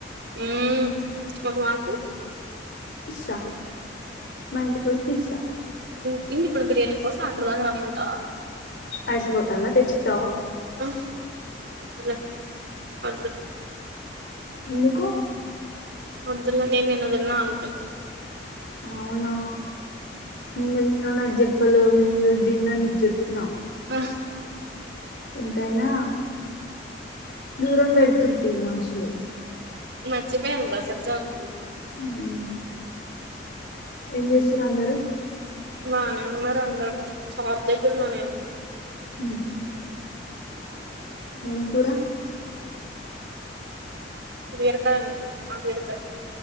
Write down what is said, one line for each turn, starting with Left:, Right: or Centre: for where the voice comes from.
Right: ఊ మక్ మాకు
Left: ఇస్సా మా ఇంటికొస్తే ఇస్తా
Right: ఏంటి ఇప్పుడు బిర్యానీ కోసం అక్కడిదాకా రమ్మంటావా
Left: పైస్ పోతన తెచ్చుకుంట
Right: ఆ వద్దులే <unintelligible>
Left: ఎందుకు
Right: వద్దులే నెన్ నిన్న తిన్న ఆల్రెడీ
Left: అవునా నిన్న తిన్నావ్ నాకు జెప్ లే నేను ఏది దిన్న నీకు జెప్పిన
Right: ఆ
Left: ఎంతైనా దూరంగా పెడుత్ <unintelligible> మనుషులని
Right: మర్చిపోయిన బా సెప్దం అన్
Left: ఉమ్ ఎం చెస్ అందరు
Right: బానెఉన్నారు అందరు షాప్ దగ్గర ఉన్నా నేను
Left: ఉమ్ హు
Right: ఉమ్
Left: ఎం కూర
Right: బీరకాయ అనుకు ఆ బీరకాయ